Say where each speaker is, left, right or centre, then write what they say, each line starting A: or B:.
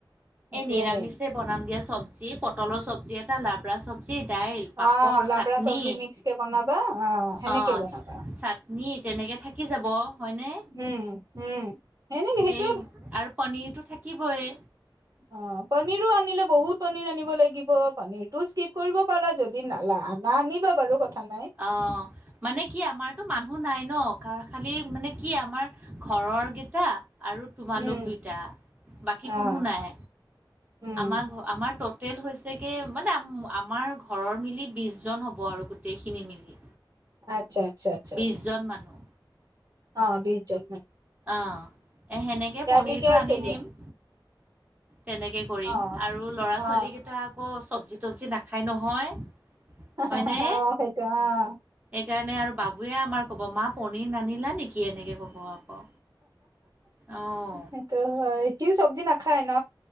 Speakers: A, on the right (about 45°); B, on the right (about 20°).
A: সেইটোয়ে
B: এ নিৰামিষে
A: মেইন
B: বনাম দিয়া চব্জি পটলৰ চব্জি এটা লাভ জি দাইল, পাপৰ,
A: অ লাবৰা
B: চাটনি,
A: চব্জি মিক্স কে বনাবা অ সেনেকে
B: অ',
A: বনাবা
B: চাটনি। তেনেকৈ থাকি যাব হয়নে?
A: উম, উম <unintelligible>
B: এই আৰু পনীৰটো থাকিবই
A: অ', পনীৰো আনিলে বহুত মা আনিব লাগিব, পনীৰটো স্কিপ কৰিব পাৰা যদি লা আনা আনিবা বাৰু কথা নাই
B: অ', মানে কি আমাৰতো মানুহ নাই ন কাৰ খালি মানে কি আমাৰ ঘৰৰ কেইটা আৰু তোমালোক
A: উম
B: দুইটা, বাকী
A: অ
B: কোনো নাই
A: উম
B: আমাৰ ঘ আমাৰ তত টেল হৈছেগৈ মানে আমাৰ ঘৰৰ মিলি বিছজন হ'ব আৰু গোটেইখিনি মিলি
A: আতচ্ছা, আতচ্ছা, আচ্ছা।
B: বিশজন মানুহ
A: অ', বিশজন ন
B: অ', সেনেকে পনীৰটো
A: ঠিকে আছে
B: আনি
A: দিয়া
B: দিম। তেনেকেই কৰিম
A: অ
B: আৰু ল'ৰা
A: অ
B: ছোৱালীকেইটা আকৌ চব্জি তবজি নাখায় নহয়।
A: অ',
B: হয়নে
A: সেইটো অ'।
B: সেইকাৰণে আৰু বাবুৱে আমাৰ ক'ব মা পনীৰ নানিলা নেকি এনেকৈ ক'ব। আকৌ অ',
A: সেইটো হয়, সিয়ো চব্জি নাখায় ন?